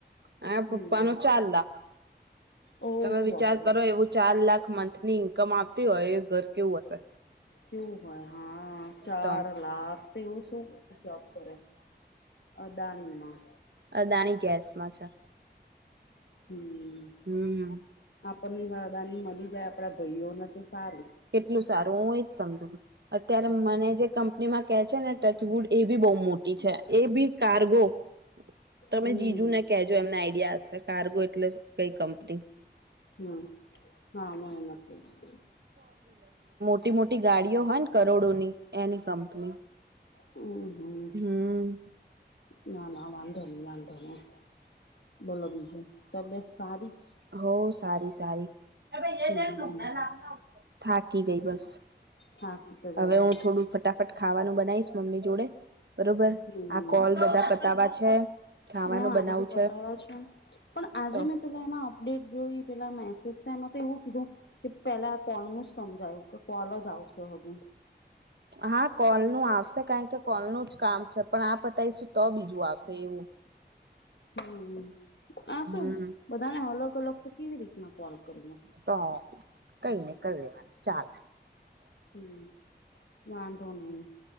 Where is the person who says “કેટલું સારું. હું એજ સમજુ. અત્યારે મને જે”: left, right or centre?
Right